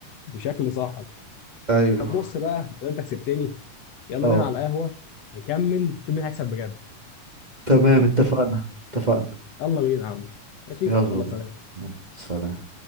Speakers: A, on the left (about 60°); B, on the right (about 20°).
A: بشكل صاحب
B: أيوه
A: طب بص بقى لو انت كسبتني يلا
B: أه
A: بينا على القهوه نكمل نشوف مين هيكسب بجد
B: تمام
A: ماشي
B: اتفقنا اتفقنا
A: يلا بينا يا عم ماشي
B: يلا
A: يلا
B: بينا
A: سلام
B: يلا سلام